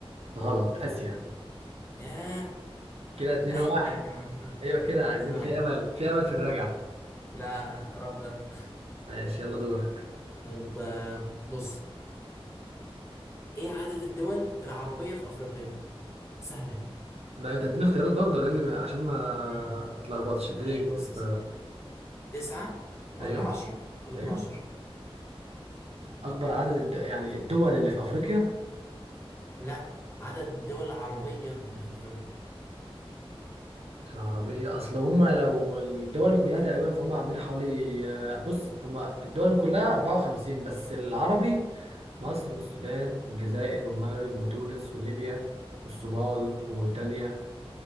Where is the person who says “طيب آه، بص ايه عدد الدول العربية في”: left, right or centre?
Left